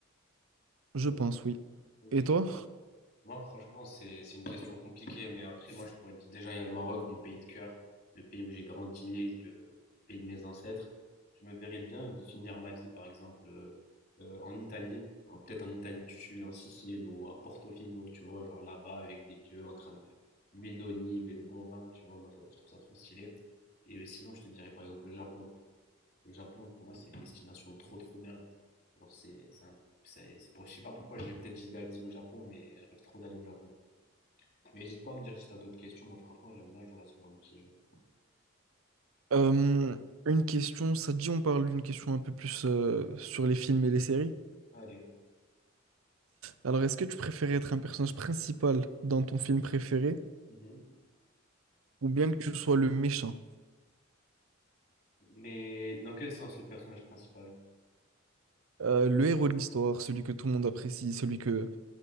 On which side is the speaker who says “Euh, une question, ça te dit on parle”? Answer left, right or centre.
Right